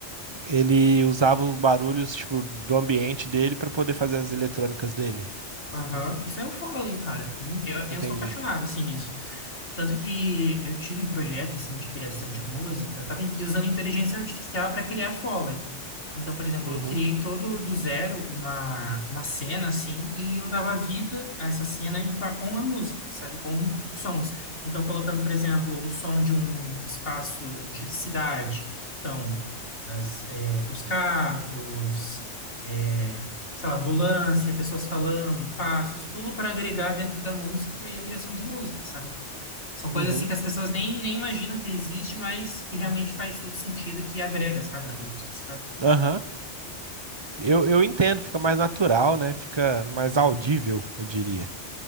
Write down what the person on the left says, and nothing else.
Aham, Isso é o Foley, cara. Muito, eu, eu
sou apaixonado, assim, nisso. Tanto que eu tive um projeto, assim, de criação de música. Eu tava in- usando inteligência artificial para criar Foley. Então, por exemplo,
eu criei todo do zero uma, uma cena, assim, e eu dava vida a essa cena em fa- com a música, sabe? Com sons. Então, colocando, por exemplo, o som de um espaço de cidade. Então, as, eh, os carros... é, sei lá, ambulância, pessoas falando, passos, tudo para agregar dentro da música e a criação de música, sabe? São coisas
assim que as pessoas nem, nem imaginam que existe, mas que realmente faz todo sentido e que agrega, sabe, na música, sabe?
Hum.